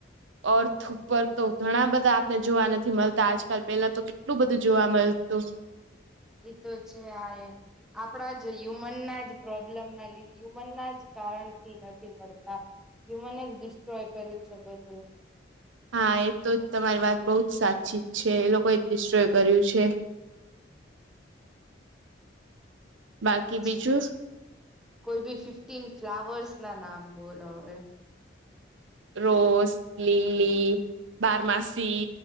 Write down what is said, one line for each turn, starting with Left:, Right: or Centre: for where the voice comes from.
Right: ઓર્થ ઉપર, તો ઘણા બધા આપને જોવા નથી, મળતા આજકાલ પેલા તો કેટલું બધું જોવા મળ તો
Centre: એ તો છે, આ આપણા જ હ્યુમનના જ પ્રોબ્લેમના હ્યુમનના જ કારણથી નથી, મળતા હ્યુમન જ ડિસ્ટ્રોય કર્યું છે, બધું
Right: હા, એ તો તમારી વાત બહુ જ સાચી જ છે, એ લોકોએ ડિશ્રોય કર્યું છે. બાકી
Centre: પછી
Right: બીજું
Centre: કોઈ, બી ફિફ્ટીન ફ્લાવર્સ ના નામ બોલવે
Right: રોઝ, લિલી બારમાસી